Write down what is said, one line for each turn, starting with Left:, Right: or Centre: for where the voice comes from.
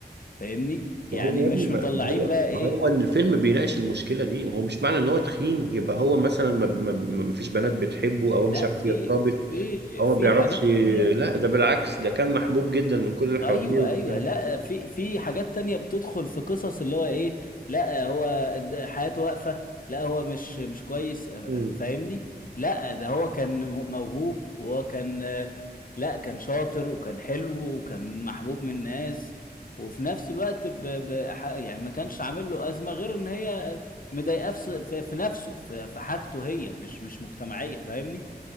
Left: فاهمني يعني
Right: ما هو يا
Left: مش
Right: ابني ما
Left: مطلعين
Right: ما هو
Left: بقى ايه
Right: ما هو ان الفيلم بيناقش المشكلة دي ما هو مش معنى ان هو تخين يبقى هو مثلا ما, ما, ما فيش بنات بتحبه او هو
Left: لا
Right: مش عارف
Left: في
Right: يرتبط
Left: في
Right: او
Left: في
Right: ما بيعرفش
Left: حاجات تانية
Right: لا ده بالعكس ده كان محبوب جدا من كل اللي حواليه
Left: ايوه
Right: وكان-
Left: ايوه لا في في حاجات تانية بتدخل في قصص اللي هو ايه لا هو د- حياته واقفة لا هو مش مش كويس أ- أ-
Right: مم.
Left: فاهمني لا ده هو كان م- موهوب وهو كان آه، لا كان شاطر وكان حلو وكان محبوب من الناس وفي نفس الوقت ب ب ح- يعني ما كانش عامل له أزمة غير ان هي مضايقاه في, ص- في في نفسه في, في حاجته هي مش مش مجتمعية فاهمني